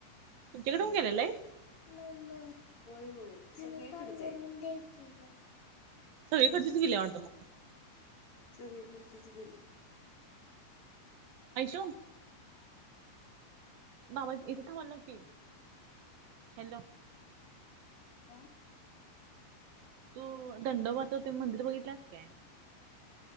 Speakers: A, on the right (about 65°); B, on the left (about 30°).
A: तुमच्याकडे
B: त्यामुळे
A: पण गेल्या लाईट
B: होय होय. <unintelligible> ते सगळीकडेच आहे.
A: सगळीकडचिच गेली वाटत
B: सगळीकडचीच गेली.
A: आयशू बाबा इथं थांबायला लाव की, हॅलो.
B: हा.
A: तू दंडबोच ते मंदिर बघितल्यास काय?